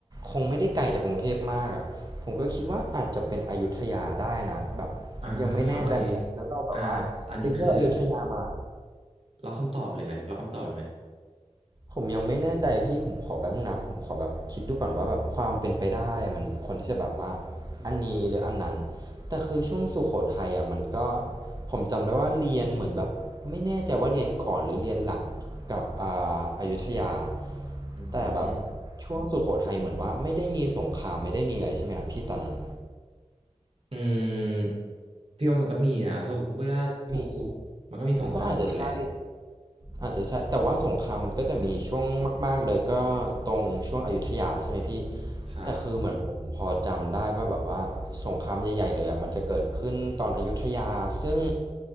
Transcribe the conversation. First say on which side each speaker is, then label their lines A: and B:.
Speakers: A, on the right (about 35°); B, on the right (about 50°).
A: คงไม่ได้ไกลจากกรุงเทพมากอะผมก็คิดว่าอาจจะเป็นอยุธยาได้นะแบบ
B: อ่าโอเค
A: ยังไม่แน่ใจเหมือนกันแล้วเราแบบว่าไปเที่ยวอยุธยามา
B: อ่าอันนี้คือล็อกคำตอบเลยไหมล็อกคำตอบเลยไหม
A: ผมยังไม่แน่ใจพี่ผมขอแป๊บนึงนะผมขอแบบคิดดูก่อนว่าแบบความเป็นไปได้อะมันควรที่จะแบบว่าอันนี้หรืออันนั้นแต่คือช่วงสุโขทัยอ่ะมันก็ผมจำได้ว่าเรียนเหมือนแบบไม่แน่ใจว่าเรียนก่อนหรือเรียนหลังกับอ่าอยุธยา
B: อืม
A: แต่แบบช่วงสุโขทัยเหมือนว่าไม่ได้มีสงครามไม่ได้มีอะไรใช่ไหมครับพี่ตอนนั้น
B: อืมพี่ว่ามันก็มีนะทุกทุกว่าทุกทุกมันก็มีสงครามหมดแหละ
A: มีก็อาจจะใช่ อาจจะใช่แต่ว่าสงครามมันก็จะมีช่วงมากๆเลยก็ตรงช่วงอยุธยาใช่ไหมพี่
B: ครับ
A: แต่คือเหมือนผมพอจำได้ว่าแบบว่าสงครามใหญ่ๆเลยอะมันจะเกิดขึ้นตอนอยุธยาซึ่ง